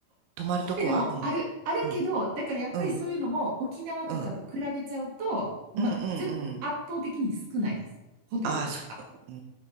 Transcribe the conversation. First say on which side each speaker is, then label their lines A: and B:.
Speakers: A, on the right; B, on the right.
A: 泊まるとこはうん、
B: ホテルもある、あるけど、
A: うん、
B: だからやっぱりそういうのも沖縄とかと比べちゃうと、
A: うん、うん、
B: ま、
A: うん、うん、
B: ぜ、
A: うん。
B: 圧倒的に少ないです。ホテルも。
A: ああ、そう、うー